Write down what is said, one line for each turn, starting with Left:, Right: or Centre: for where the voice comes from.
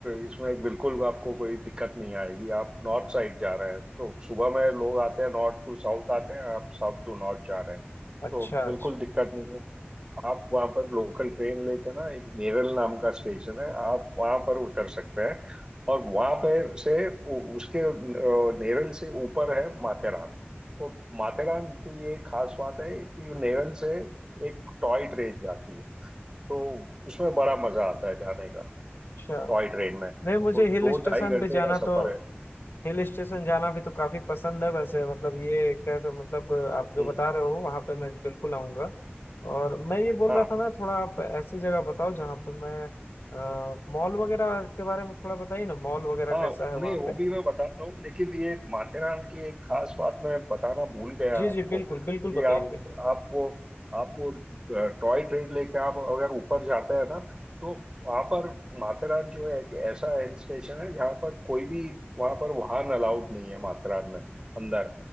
Right: इसमें बिल्कुल आपको कोई दिक्कत नहीं आएगी आप नॉर्थ साइड जा रहे हैं तो सुबह में लोग आते हैं नॉर्थ टू साउथ आते हैं आप साउथ टू नॉर्थ जा रहे हैं
Left: अच्छा
Right: तो बिल्कुल
Left: अच्छा
Right: दिक्कत नहीं आएगी आप वहाँ पर लोकल ट्रेन लेके ना एक नेरल नाम का स्टेशन है आप वहाँ पर उतर सकते हैं और वहाँ पे से उ- उसके अ, नेरल से ऊपर है माथेरान वो माथेरान की ये खास बात है कि नेवल से एक टॉय ट्रेन जाती है तो उसमें बड़ा मजा आता है जाने का
Left: अच्छा
Right: टॉय ट्रेन में
Left: नहीं मुझे
Right: वो दो
Left: हिल स्टेशन
Right: ढाई घंटे
Left: पे जाना
Right: का सफर
Left: तो
Right: है
Left: हिल स्टेशन जाना भी तो काफी पसंद है वैसे मतलब ये एक तरह से मतलब आप जो
Right: हम्म।
Left: बता रहे हो वहां पे मैं बिल्कुल आऊंगा और मैं ये बोल
Right: हाँ
Left: रहा था ना थोड़ा आप ऐसी जगह बताओ जहाँ पे मैं मॉल वगैरह के बारे में थोड़ा बताइए ना मॉल वगैरह
Right: हाँ
Left: कैसा है
Right: उन्हें
Left: वहाँ
Right: वो
Left: पे
Right: भी मैं बताता हूँ लेकिन ये एक माथेरान की एक खास बात मैं बताना भूल गया
Left: जी
Right: आपको
Left: जी बिल्कुल
Right: कि
Left: बिल्कुल बताइए
Right: आप
Left: बिल्कुल
Right: आप वो आप वो टॉय ट्रेन लेके आप अगर ऊपर जाते हैं ना तो वहाँ पर माथेरान जो है एक ऐसा हिल स्टेशन है जहाँ पर कोई भी वहाँ पर वाहन अलाउड नहीं है माथेरान में अंदर